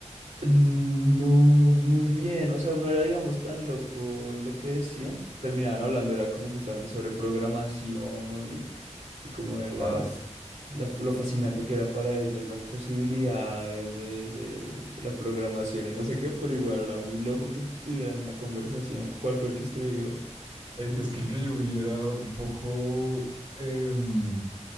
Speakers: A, on the right; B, on the right.
A: No, muy bien. O sea, no era, digamos, tan loco lo que decían. Terminaban hablando, era como justamente sobre programación y, y como de
B: Ajá.
A: las, la f- lo fascinante que era para ellas, las posibilidades de, de, de la programación y no sé qué, pero igual era muy loco que tuvieran una conversación. ¿Cuál fue el que usted vio?
B: Es, es que el que yo vi era un poco em,